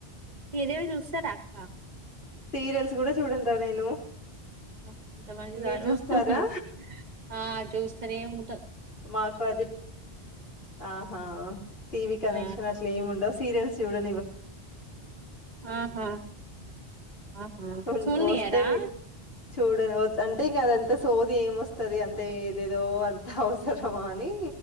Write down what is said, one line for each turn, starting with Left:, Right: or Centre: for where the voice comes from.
Right: సిరియల్ చూసరా క్క
Left: సీరియల్స్ కూడా చూడన్రా నేను
Right: <unintelligible>
Left: మీరు చూస్తారా
Right: చూస్ సరే ఉంట
Left: మాకు అది ఆహా టీవి కనెక్షన్
Right: ఆ!
Left: అట్లా ఏమి ఉండ సీరియల్స్ కూడా
Right: ఆహా ఆహా
Left: ఉన్
Right: చూడానియారా
Left: వస్తే చూడని అంటే ఇంకా అదంత సోతి ఏమొస్తుంది అంత ఏదేదో అంత అ సరమా అని